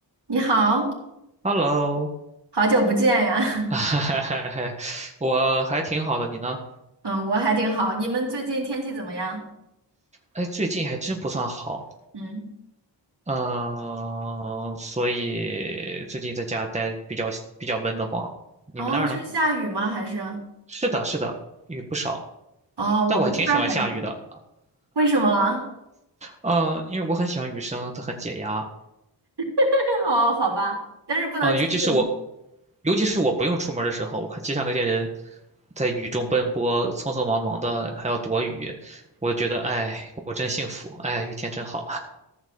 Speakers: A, on the right; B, on the right.
A: 你好，
B: Hello，
A: 好久不见呀。<laughs>
B: <laughs> 我还挺好的，你呢？
A: 嗯，我还挺好。你们最近天气怎么样？
B: 哎，最近还真不算好，
A: 嗯，
B: 嗯、所以最近在家待比较比较闷得慌。你们那儿呢？
A: 哦，是下雨吗？还是？
B: 是的，是的，雨不少，
A: 哦，
B: 但我还挺喜欢下雨的，
A: 我们这边儿还行。为什么啊？
B: 嗯、因为我很喜欢雨声，它很解压，
A: <laughs> 哦，好吧，但是不能出去，
B: 嗯、尤其是我，尤其是我不用出门的时候，我看街上那些人在雨中奔波，匆匆忙忙的还要躲雨，我就觉得，哎，我真幸福，哎，雨天真好。